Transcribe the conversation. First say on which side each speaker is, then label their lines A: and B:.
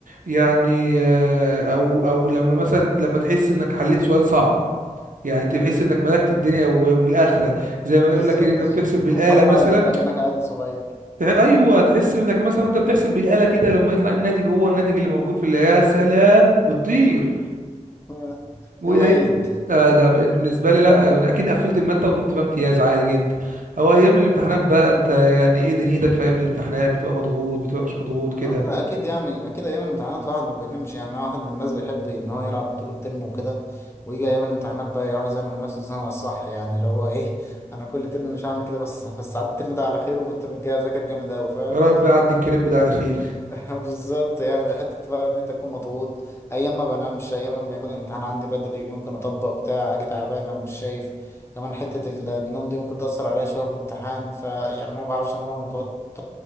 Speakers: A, on the right; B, on the left.
A: يعني آه، او او لما مثلا لما تحس انك حليت سؤال صعب يعني تحس
B: مم.
A: انك ملكت الدنيا و- والاخره زي ما يقول
B: بالظبط
A: لك إيه، انك
B: <laughs>
A: بتحسب بالاله
B: تكون فرحان
A: مثلا
B: كده كأنك عيل صغير
A: تح... ايوه تحس انك مثلا وانت بتحسب بالاله كده لما يطلع الناتج هو الناتج اللي موجود في اللي يا سلام بتطير
B: <laughs>
A: وهي
B: يوم عيد
A: آه ده ب- بالنسبه لي لا انا اكيد قفلت الماده وجبت فيها امتياز عادي جدا او ايام الامتحانات بقى انت يعني ايه دنيتك في ايام الامتحانات بتبقى مضغوط بتبقى مش مضغوط كده
B: والله اكيد يعني اكيد ايام الامتحانات الواحد ما بينامش يعني انا واحد من الناس بيحب ان هو يلعب طول الترم وكده ويجي ايام الامتحانات بقى يروح يزنق نفسه الزنقه الصح يعني اللي هو ايه انا كل ترم مش هعمل كده بس بس عدي الترم ده على خير والترم الجاي اذاكر جامد قوي فاهم
A: يا رب يعدي الكريب ده على خير
B: <laughs> بالظبط يعني حته بقى ان انت تكون مضغوط ايام ما بنامش ايام لما يكون الامتحان عندي بدري ممكن اطبق بتاع اجي تعبان او مش شايف كمان حته ال- النوم دي ممكن تاثر عليا شويه في الامتحان فيعني انا ما بعرفش انام وانا متوتر